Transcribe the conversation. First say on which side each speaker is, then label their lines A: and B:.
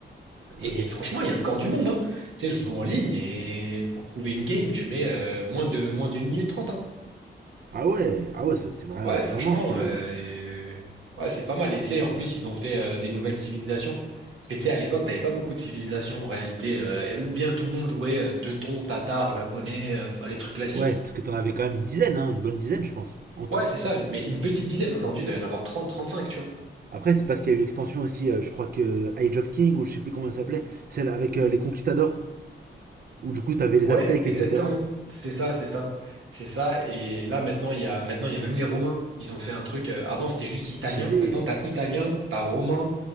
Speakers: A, on the right; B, on the right.
A: Et
B: Ok.
A: franchement, il y a encore du monde, hein. Tu sais, je joue en ligne et pour trouver une game, tu mets euh, moins de moins d'une minute trente, hein.
B: Ah ouais, ah ouais, ça c'est vrai,
A: Ouais,
B: vraiment,
A: franchement,
B: c'est.
A: euh, ouais, c'est pas mal. Et tu sais,
B: Ah
A: en plus,
B: ouais.
A: ils ont fait euh, des nouvelles civilisations. Parce que tu sais, à l'époque, t'avais pas beaucoup de civilisations en réalité, euh, et- ou bien tout le monde jouait euh, teuton, tatar, japonais, euh, enfin les trucs classiques.
B: Ouais, parce que t'en avais quand même une dizaine, hein, une bonne dizaine, je pense, en tout.
A: Ouais, c'est ça, mais une petite dizaine. Aujourd'hui, il doit y en avoir trente, trente-cinq, tu vois.
B: Après, c'est parce qu'il y a eu l'extension aussi, euh, je crois que Age of King, ou je sais plus comment elle s'appelait, celle avec euh, les conquistadors, où du coup t'avais les
A: Ouais,
B: aztèques,
A: exactement.
B: etc.
A: C'est ça, c'est ça. C'est ça. Et là, maintenant, il y a, maintenant, il y a même les Romains. Ils ont fait un truc. euh, avant, c'était juste
B: Stylé.
A: italien. Maintenant, t'as italien, t'as romain,